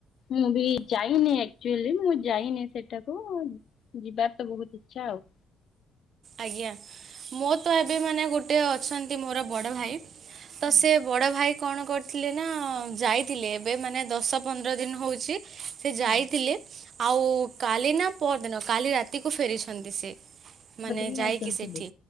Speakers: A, on the left; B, on the right.
A: ମୁଁ ବି ଯାଇନି ଆକଚୁଆଲି ମୁଁ ଯାଇନି ସେଠାକୁ ଯିବାର ତ ବହୁତ ଇଛା ଆଉ।
B: ଆଜ୍ଞା ମୋ ତ ଏବେ ମାନେ ଗୋଟେ ଅଛନ୍ତି ମୋର ବଡ ଭାଇ।
A: ହୁଁ
B: ତ ସେ ବଡ ଭାଇ କଣ କରିଥିଲେ ନା ଯାଇଥିଲେ ଏବେ ମାନେ ଦଶ ପନ୍ଦର ଦିନ ହଉଛି। ସେ
A: ହୁଁ
B: ଯାଇଥିଲେ। ଆଉ କାଲି ନା ପରଦିନ କାଲି ରାତିକୁ ଫେରିଛନ୍ତି ସେ। ମାନେ
A: ବଦ୍ରିନାଥ
B: ଯାଇକି
A: ଯାଇଥିଲେ?
B: ସେଠି